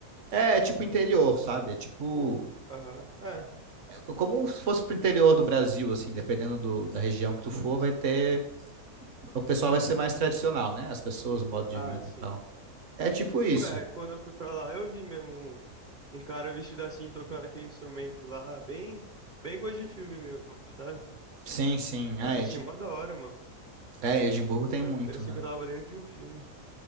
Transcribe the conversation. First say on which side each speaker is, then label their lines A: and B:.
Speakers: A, on the right (about 55°); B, on the right (about 35°).
A: É, é tipo interior, sabe? É tipo.
B: Aham. É.
A: é como se fosse pro interior do Brasil, assim, dependendo do- da região que tu for, vai ter. O pessoal vai ser mais tradicional, né? As pessoas, o modo de
B: Ah,
A: vida
B: sim.
A: e tal. É tipo isso.
B: Pô, é, quando eu fui pra lá, eu vi mesmo um, um cara vestido assim, tocando aquele instrumento lá, bem, bem coisa de filme mesmo, sabe?
A: Sim, sim. Ah,
B: Nossa,
A: Edi...
B: achei mó da hora, mano.
A: É, Edimburgo tem
B: Mano,
A: muito,
B: Parecia
A: né?
B: que eu tava dentro de um filme.